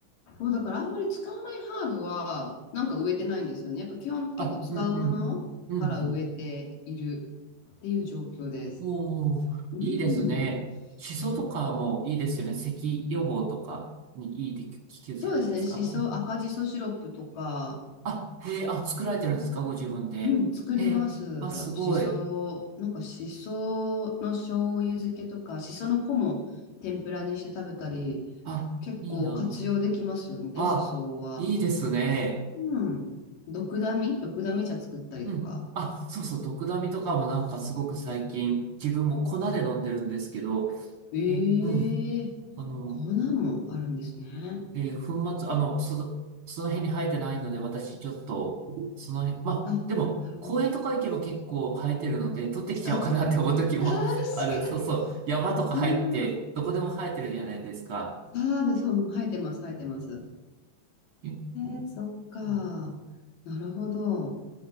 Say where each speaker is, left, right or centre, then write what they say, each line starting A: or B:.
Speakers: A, on the left; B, on the right.
A: そう、だからあんまり使わないハーブは、なんか植えてないんですよね。やっぱ基本結構使うものから植えているっていう状況です。
B: あ、うんうん。うん。おお、
A: うん。
B: いいですね。シソとかもいいですよね。
A: うん。
B: 咳予防とかにいいって聞けるじゃないですか。
A: そうですね。しそ、
B: うん。
A: 赤じそシロップとか、
B: あ、へえ、あ、作られてるんですかご自分で。
A: うん、作ります。
B: へえ、あ、すごい。
A: あと、しそ、なんかしその醤油漬けとか、しその穂も天ぷらにして食べたり、
B: あ、
A: 結構活用できますよね、
B: いいなあ。
A: しそは。
B: あ、いいですね。
A: うん。ドクダミ、ドクダミ茶作ったりとか。
B: うん。あ、そうそう、ドクダミとかもなんかすごく最近、
A: うん
B: 自分も粉で飲んでるんですけど、
A: ええ粉もあるんですね。
B: え、うん。あの、えー粉末、あの、その、その辺に生えてないので、私ちょっと、その辺、まあ、
A: あ、
B: でも、
A: なるほど。
B: 公園とか行けば結構生えてるので、取ってきちゃおうかなって思う時も
A: あ、確か
B: <laughs> ある。そうそう。山とか入って、
A: に。ああ、
B: どこでも生えてるじゃないですか。
A: そうです。生えてます、生えてます。
B: え、う
A: えそっか。
B: ん
A: なるほど。